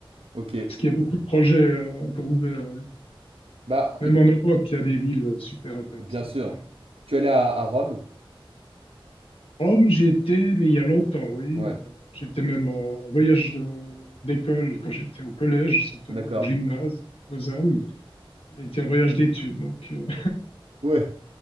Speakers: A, on the right; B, on the left.
A: Ok.
B: Parce qu'il y a beaucoup de projets euh, encore ouverts. ouais.
A: Bah,
B: Même
A: et-
B: en Europe, il y a des villes euh, super intéressantes.
A: bien sûr.
B: hein.
A: Tu es allé à, à Rome?
B: Rome, j'ai été, mais il y a longtemps, oui.
A: Ouais.
B: Euh, J'étais même en, en voyage de- d'école quand j'étais au collège, ça fait,
A: D'accord.
B: au gymnase, Lausanne. était un voyage d'études, donc euh,
A: Ouais.